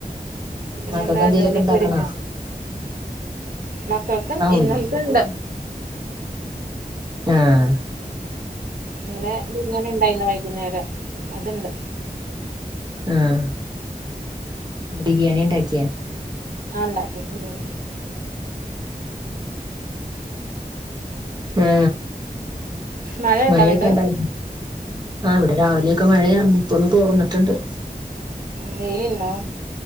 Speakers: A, on the right (about 70°); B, on the right (about 30°).
A: പിന്നെന്താ
B: മക്ക കന്തയിലൊക്കെ
A: ജോലിയൊക്കെ
B: ഇണ്ടാക്കണ
A: ഒരുങ്ങിയോ മക്കൾക്ക്
B: ആഹ
A: ഇന്നലത്തെ
B: ഒരുരിക്ക നോക്ക
A: ഉണ്ട്
B: ആഹ
A: അങ്ങനെ ബിരിയാണി ഉണ്ടായിന്ന വൈകുന്നേരം അതുണ്ട്
B: ആഹ ബിരിയാണി ഉണ്ടാക്കിയാ
A: ആണലാക്കെ വിരന്ന
B: ആ
A: മഴ
B: മഴയൊക്കെ
A: അങ്ങട്ട്
B: ഉണ്ടോ ആ ഇവിടെ രാവിലെ ഒക്കെ മഴാർന്നു ഇപ്പൊന്ന് തോർന്നിട്ടുണ്ട്
A: വെയിലുണ്ടോ